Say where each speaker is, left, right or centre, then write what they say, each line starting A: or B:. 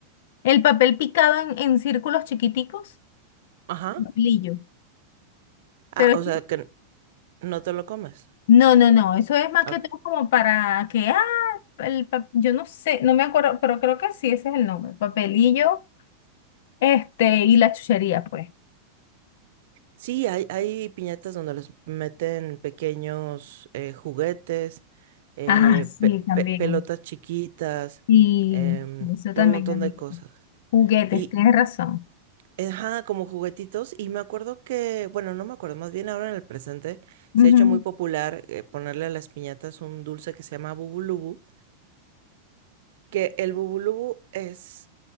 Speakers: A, on the left (about 65°); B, on the right (about 65°).
A: el papel picado en, en círculos chiquiticos,
B: Ajá.
A: papelillo,
B: Ah,
A: pero es-
B: o sea, que n- no te lo comes.
A: no, no, no, eso es más
B: Ok.
A: que todo como para que, ah, el, pa- yo no sé, no me acuerdo, pero creo que sí, ese es el nombre, papelillo, este, y la chuchería, pues.
B: Sí, hay, hay piñatas donde les meten pequeños eh, juguetes, eh,
A: Ah, sí,
B: pe-
A: también.
B: pe- pelotas chiquitas,
A: Y
B: em,
A: eso también,
B: un montón
A: amigo.
B: de cosas.
A: Juguetes,
B: Y,
A: tienes razón.
B: Ajá, como juguetitos. Y me acuerdo que, bueno, no me acuerdo, más bien ahora en el presente
A: Ujú.
B: se ha hecho muy popular eh, ponerle a las piñatas un dulce que se llama bubulubu, que el bubulubu es,